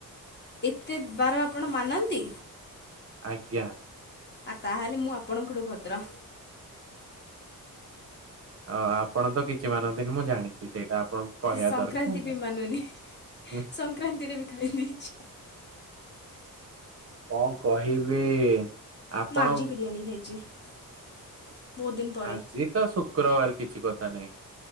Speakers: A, on the left (about 30°); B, on the right (about 40°).
A: ଏତେ ବାର ଆପଣ ମାନନ୍ତି?
B: ଆଜ୍ଞା।
A: ଆଉ ତାହେଲେ ମୁଁ ଆପଣଙ୍କଠୁ ଭଦ୍ର।
B: ଅ ଆପଣ ତ କିଛି ମାନନ୍ତିନି ମୁଁ ଜାଣିଚି ସେଇଟା। ଆପଣଙ୍କୁ କହିବା
A: ସଂକ୍ରାନ୍ତି
B: ଦରକାର ନାହିଁ।
A: ବି ମାନୁନି
B: ହୁଁ
A: ସଂକ୍ରାନ୍ତିରେ ବି ଖାଇ ଦେଇଚି।
B: କଣ କହିବି ଆପଣ
A: ମୁଁ ଆଜି <unintelligible> ବହୁତ ଦିନ ପରେ
B: ଆଜି ତ ଶୁକ୍ରବାର କିଛି କଥା ନାହିଁ।